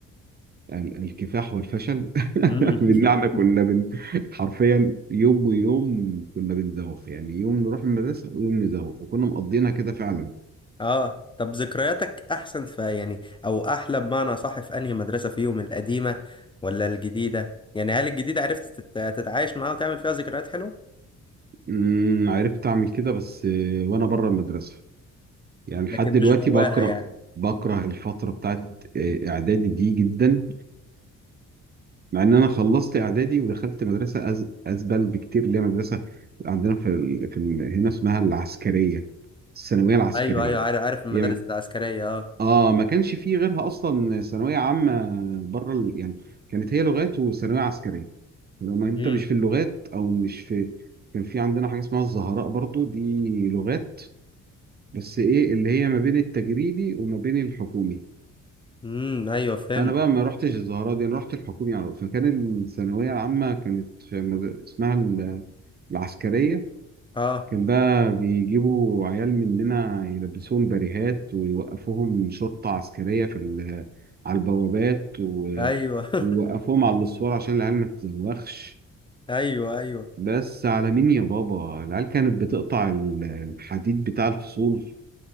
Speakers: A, on the right; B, on the left.
A: ال- الكفاح والفشل <laughs>
B: مم.
A: بالنعمة
B: <laughs>
A: كنا بن... حرفيا يوم ويوم كنا بنزوغ يعني يوم نروح المدرسة ويوم نزوغ وكنا مقضينها كده فعلا
B: اه طب ذكرياتك احسن في يعني او احلى بمعنى صح في انهي مدرسة فيهم القديمة ولا الجديدة يعني هل الجديدة عرفت تت- تتعايش معاها وتعمل فيها ذكريات حلوة
A: أمم، عرفت أعمل كده بس آه، وأنا بره المدرسة يعني لحد
B: لكن
A: دلوقتي
B: مش جواها
A: بكره
B: يعني
A: بكره الفترة بتاعت آه، إعدادي دي جدا مع إن أنا خلصت إعدادي ودخلت مدرسة أز... أزبل بكتير اللي هي مدرسة عندنا في, ال... في ال... هنا اسمها العسكرية الثانوية العسكرية
B: ايوه ايوه عارف عارف المدارس
A: هي
B: العسكرية اه
A: اه ما كانش فيه غيرها اصلا ثانويه عامه بره ال... يعني كانت هي لغات وثانويه عسكريه لو ما انت
B: امم
A: مش في اللغات او مش في كان في عندنا حاجه اسمها الزهراء برضو دي لغات بس ايه اللي هي ما بين التجريبي وما بين الحكومي
B: امم ايوه فهمت
A: انا بقى ما رحتش الزهراء دي انا رحت الحكومي على طول فكان الثانويه العامه كانت في مد- اسمها ال- العسكريه
B: اه
A: كان بقى بيجيبوا عيال مننا يلبسوهم بريهات ويوقفوهم شرطة عسكرية في ال- على البوابات و-
B: ايوه <laughs>
A: ويوقفوهم على الأسوار عشان العيال ما تتزوخش
B: ايوه ايوه
A: بس على مين يا بابا العيال كانت بتقطع ال- الحديد بتاع الفصول